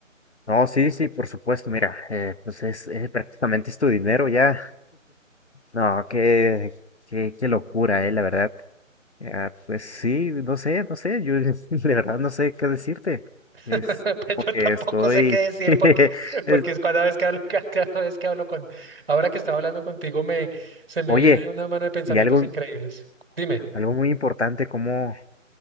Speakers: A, on the left; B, on the right.
A: No, sí, sí, por supuesto, mira, eh, pues es, eh, prácticamente es tu dinero ya. No, qué, qué, qué locura, eh, la verdad. Ah, pues sí, no sé, no sé, yo <laughs> de verdad no sé qué decirte. Es
B: <laughs> Pues
A: porque
B: yo tampoco
A: estoy...
B: sé qué decir
A: <laughs> es-
B: porque, porque es cada vez que hablo, <laughs> cada vez que hablo con, ahora que estaba hablando contigo, me, se me
A: oye,
B: vienen una mano de pensamientos
A: y algo,
B: increíbles. Dime.
A: algo muy importante, como